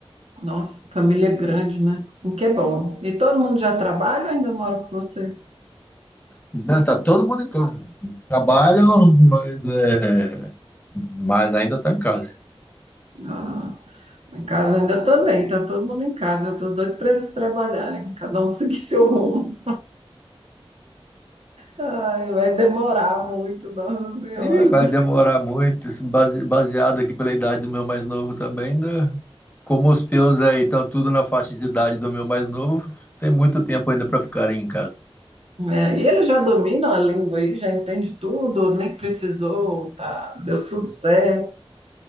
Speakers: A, on the right; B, on the left.
A: Nossa, família grande, né? Assim que é bom. E todo mundo já trabalha ou ainda mora com você?
B: Não, tá todo mundo em casa. Trabalham, mas, é, mas ainda tá em casa.
A: Ah, Em casa ainda também, tá todo mundo em casa. Eu tô doido para eles trabalharem, cada um <laughs> seguir seu rumo. Ai, vai demorar muito, Nossa Senhora.
B: E vai demorar muito, base- baseado aqui pela idade do meu mais novo também. Ainda, como os teus aí estão tudo na faixa de idade do meu mais novo, tem muito tempo ainda para ficarem em casa.
A: É, e eles já dominam a língua aí, já entende tudo, nem precisou, tá, deu tudo certo.